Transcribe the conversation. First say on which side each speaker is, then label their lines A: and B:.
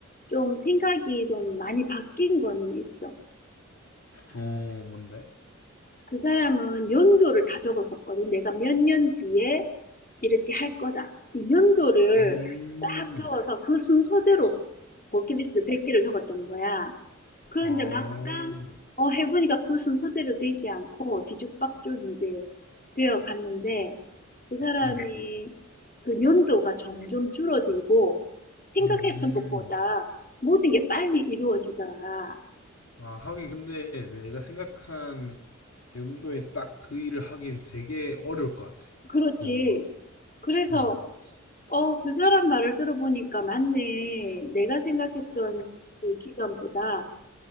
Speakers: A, on the left (about 30°); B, on the left (about 55°).
A: 좀 생각이 좀 많이 바뀐 거는 있어.
B: 어 뭔데?
A: 그 사람은 연도를 다 적었었거든. 내가 몇 년 뒤에 이렇게 할 거다. 이 연도를
B: 음.
A: 딱 적어서 그 순서대로 버킷리스트 100개를 적었던 거야. 그런데
B: 아.
A: 막상 어, 해보니까 그 순서대로 되지 않고 뒤죽박죽 이제 되어 갔는데 그 사람이
B: 음.
A: 그 연도가 점점 줄어들고 생각했던
B: 음.
A: 것보다 모든 게 빨리 이루어지더라.
B: 아, 하긴 근데 내가 생각한 연도에 딱 그 일을 하긴 되게 어려울 것 같아.
A: 그렇지.
B: 뭔가.
A: 그래서
B: 어.
A: 어, 그 사람 말을 들어보니까 맞네. 내가 생각했던 그 기간보다